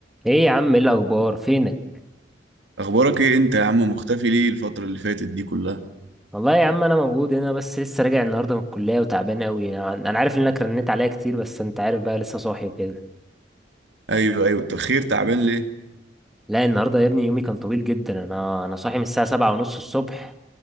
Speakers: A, in the centre; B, on the right.
A: ايه يا عم ايه الاخبار فينك
B: اخبارك ايه انت يا عم مختفي ليه الفترة اللي فاتت دي كلها
A: والله يا عم انا موجود هنا بس لسه راجع النهارده من الكليه وتعبان قوي انا أنا عارف انك رنيت عليا كتير بس انت عارف بقى لسه صاحي وكده
B: ايوه ايوه طب خير تعبان ليه
A: لا النهارده يا ابني يومي كان طويل جدا انا انا صاحي من الساعه سبعة ونص الصبح